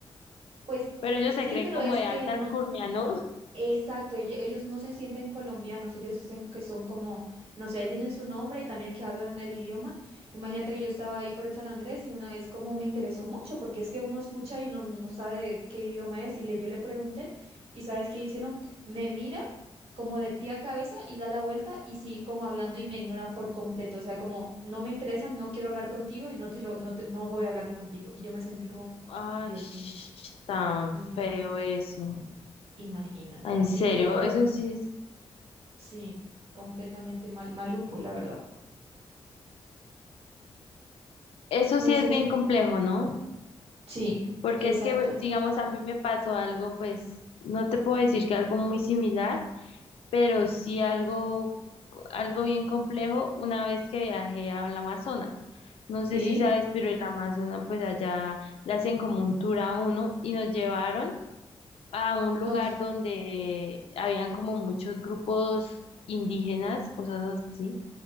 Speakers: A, on the right; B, on the left.
A: Pues
B: pero ellos
A: sí,
B: se creen
A: pero
B: como
A: es
B: de
A: que
B: alta
A: no,
B: alcurnia, ¿no?
A: Exacto, elle- ellos no se sienten colombianos, ellos dicen que son como, no sé, ahí tienen su nombre y también que hablan el idioma. Imagínate que yo estaba ahí por en San Andrés y una vez como me interesó mucho, porque es que uno escucha y no, no sabe qué idioma es, y le, yo le pregunté, y ¿sabes qué hicieron? Me mira como de pie a cabeza y da la vuelta y sigue como hablando y me ignora por completo, o sea, como no me interesa, no quiero hablar contigo y no te lo, no te- no voy a hablar contigo. Y yo me sentí como,
B: Ay,
A: Dios
B: sh-
A: mío,
B: tan
A: imag-
B: feo eso.
A: imagínate,
B: Ah,
A: así,
B: En serio,
A: pero bueno.
B: eso sí, es-
A: Sí, completamente mal, maluco, la verdad.
B: eso
A: No
B: sí es
A: sé
B: bien
A: Sí.
B: complejo, ¿no?
A: si, sí,
B: Porque
A: exacto.
B: es que, pues, digamos, a mí me pasó algo, pues, no te puedo decir que algo muy similar, pero sí algo, algo bien complejo una vez que viajé a la Amazonas. No sé
A: Sí,
B: si sabes, pero el Amazonas, pues allá le hacen como un tour a uno y nos llevaron a un lugar
A: ok.
B: donde habían como muchos grupos indígenas, cosas así.